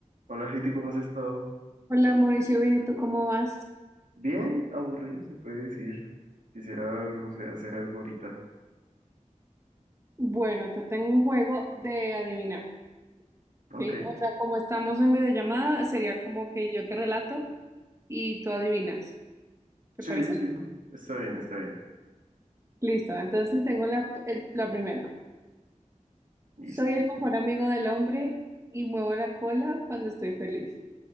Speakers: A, on the right (about 85°); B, on the right (about 20°).
A: Hola, Heidi, ¿cómo has estado?
B: Hola Mauricio, bien, ¿y tú cómo vas?
A: Bien, aburrido se puede decir. Quisiera, no sé, hacer algo ahorita.
B: Bueno, te tengo un juego de adivinar,
A: Ok.
B: ¿sí? O sea, como estamos en videollamada, sería como que yo te relato y tú adivinas, ¿te
A: Sí,
B: parece?
A: sí. Está bien, está bien.
B: Listo, entonces tengo la, el- la primera.
A: Listo.
B: Soy el mejor amigo del hombre y muevo la cola cuando estoy feliz.